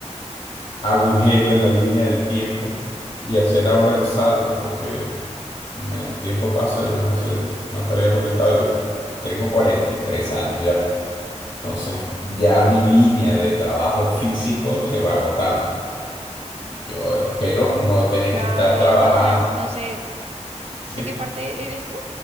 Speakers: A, on the left; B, on the right.
A: agujero en la línea del tiempo y hacer ahora el salto, porque... El tiempo pasa, yo no sé, no te había comentado, yo tengo 43 años ya. Entonces, ya mi línea de trabajo físico se va agotando. Yo espero no tener
B: claro,
A: que estar trabajando,
B: y además, bueno, no sé,
A: ¿sí?
B: ¿de qué parte eres tú?